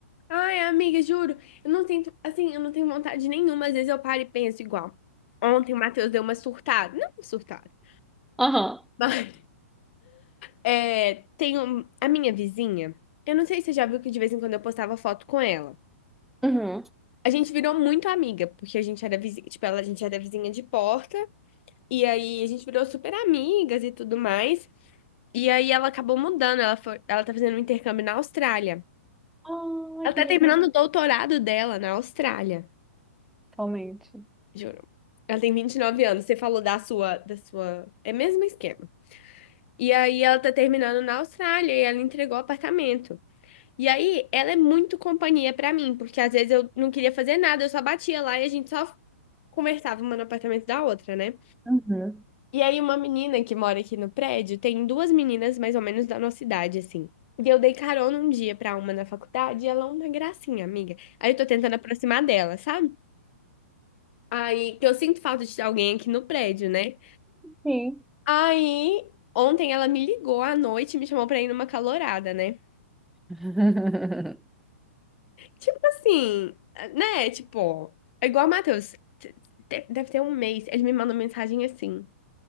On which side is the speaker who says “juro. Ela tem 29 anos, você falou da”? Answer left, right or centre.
Left